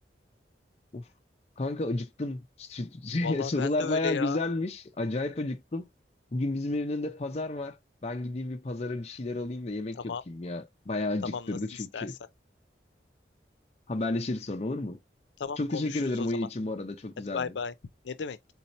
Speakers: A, on the left; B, on the left.
A: Of. Kanka acıktım. <laughs>
B: Vallahi
A: Sorular
B: ben de öyle
A: bayağı
B: ya.
A: güzelmiş. Acayip acıktım. Bugün bizim evin önünde pazar var. Ben gideyim bir pazara bir şeyler alayım da yemek
B: Tamam,
A: yapayım ya. Bayağı acıktırdı
B: tamam nasıl
A: çünkü.
B: istersen.
A: Haberleşiriz sonra olur mu?
B: Tamam
A: Çok
B: konuşuruz
A: teşekkür ederim
B: o
A: oyun
B: zaman.
A: için bu arada. Çok
B: Hadi
A: güzeldi.
B: bay bay. Ne demek?